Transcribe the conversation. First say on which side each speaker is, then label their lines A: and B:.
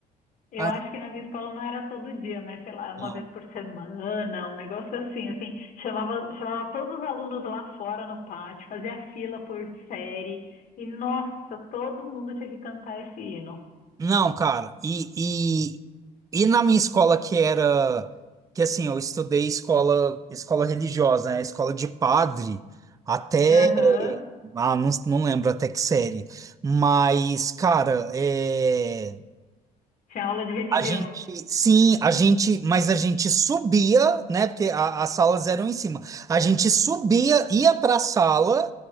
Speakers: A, on the left; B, on the right.
A: eu
B: Ai,
A: acho que na minha escola não era todo dia, mas sei lá, uma
B: não.
A: vez por semana, um negócio assim, assim, chamava, chamava todos os alunos lá fora no pátio, fazia fila por série, e nossa, todo mundo tinha que cantar esse hino.
B: Não, cara, e, e, e na minha escola que era, que assim, eu estudei escola, escola religiosa, né? Escola de padre, até,
A: Aham.
B: ah, não, não lembro até que série, mas, cara, é.
A: Tinha aula de religião.
B: A gente, sim, a gente, mas a gente subia, né? Porque a- as salas eram em cima. A gente subia, ia para a sala,